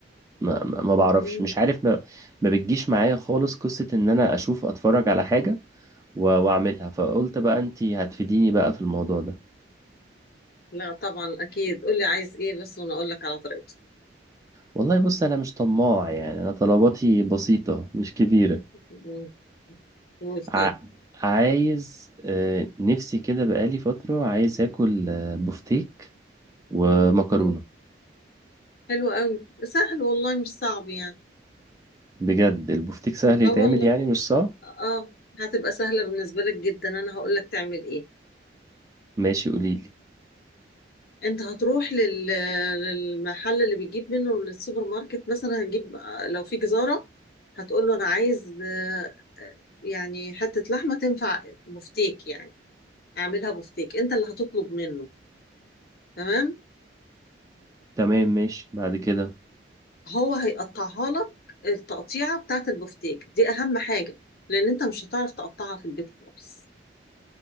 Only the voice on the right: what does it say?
ما, ما ما بعرفش
مش عارف ما, ما بتجيش معايا خالص قصة ان انا اشوف اتفرج على حاجة و- واعملها فقلت بقى انت هتفيديني بقى في الموضوع ده
والله بص انا مش طماع يعني انا طلباتي بسيطة مش كبيرة
ع... عايز آه، نفسي كده بقالي فترة عايز اكل آه، بفتيك ومكرونة
بجد البفتيك سهل يتعمل
يعني مش صعب
ماشي قوليلي
تمام ماشي بعد كده